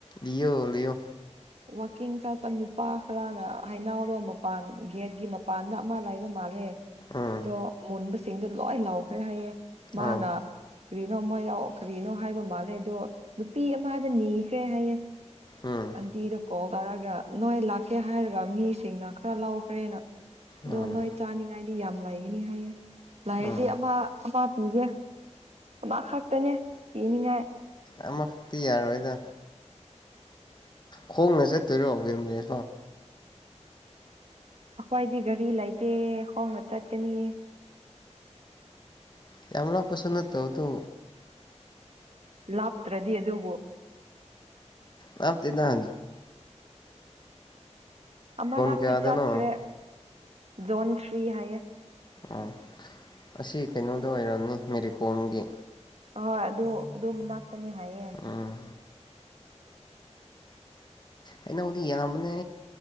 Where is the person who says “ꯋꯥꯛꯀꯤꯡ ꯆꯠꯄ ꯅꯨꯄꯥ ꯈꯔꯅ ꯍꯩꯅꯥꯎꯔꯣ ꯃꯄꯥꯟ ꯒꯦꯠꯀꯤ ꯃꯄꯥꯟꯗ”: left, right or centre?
Right